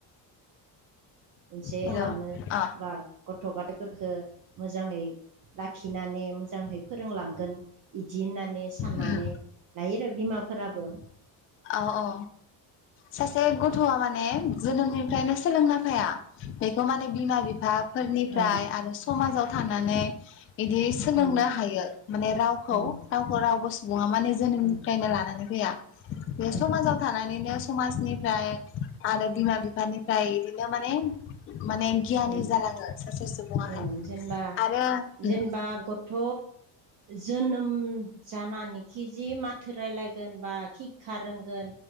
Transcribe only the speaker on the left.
हेलौ
अ
उम
औ औ सासे गथ'आ माने जोनोमनिफ्रायनो सोलोंना फाया। बेखौ माने बिमा बिफाफोरनिफ्राय
आरो समाजाव थानानै बिदि सोलोंनो
हायो माने रावखौ-
रावखौ रावबो सुबुङा माने जोनोमनिफ्रायनो
लानानै फैया बे
समाजाव थानानैनो समा समनिफ्राय आरो बिमा बिफानिफ्राय बिदिनो माने माने गियानि
जालाङो सासे सुबुङाहाय
आरो
उम